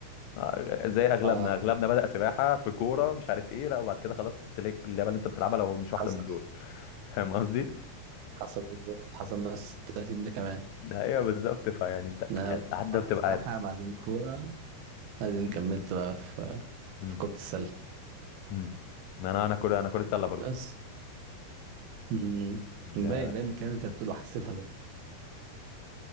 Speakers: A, on the left; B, on the right.
A: آه، زي اغلبنا
B: اه
A: اغلبنا بدا سباحه في كوره مش عارف ايه لا وبعد كده خلاص تلاقي اللعبه اللي انت بتلعبها لو مش
B: حصل
A: واحده من دول <laughs> فاهم قصدي
B: حصل بالظبط حصل نفس التلاتين ده كمان
A: ايوه بالظبط فيعني انت
B: إن انا بدات
A: القعده
B: برضه
A: بتبقى
B: سباحه
A: عارف
B: بعدين كوره بعدين
A: مم.
B: كملت بقى في
A: مم.
B: في كره السله
A: مم. ما انا انا كره انا كره سله برضو
B: بس امم
A: ده
B: باين باين من الكلام اللي انت بتقوله حسيتها برضه